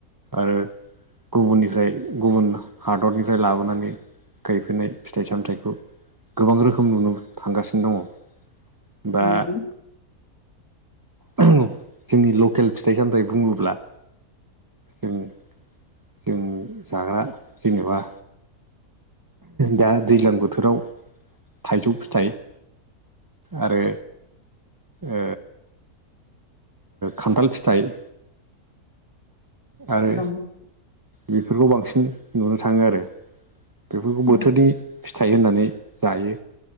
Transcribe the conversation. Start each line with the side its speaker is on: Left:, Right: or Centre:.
Right: आरो गुबुननिफ्राय गुबुन हादरनिफ्राय लाबोनानै गायफैनाय फिथाइ सामथाइखौ गोबां रोखोम नुनो थांगासिनो दङ।
Left: नंगौ।
Right: दा जोंनि लकेल फिथाइ सामथाय बुङोब्ला जों जों जाग्रा जेनेबा दा दैज्लां बोथोराव थाइजौ फिथाइ आरो ओ खान्थाल फिथाइ, आरो
Left: औ।
Right: बेफोरखौ बांसिन नुनो थाङो आरो बेफोरखौ बोथोरनि।
Left: औ
Right: फिथाइ होननानै जायो